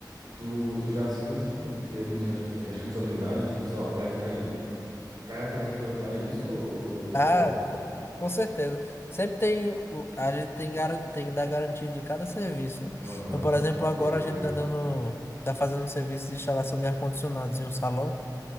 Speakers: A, on the right (about 65°); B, on the left (about 30°).
A: Tu, tu já assina, assim, em termos de res- responsabilidade, tipo, sei lá, o prédio caiu. Cai na tua responsabilidade isso ou ou eu
B: Ah,
A: tô louco?
B: co- com certeza. Sempre tem. o- A gente tem, garan- tem que dar garantia de cada serviço, né?
A: Aham.
B: Então, por exemplo, agora
A: Pode crer.
B: a gente tá dando. Tá fazendo um serviço de instalação de ar-condicionados em um salão.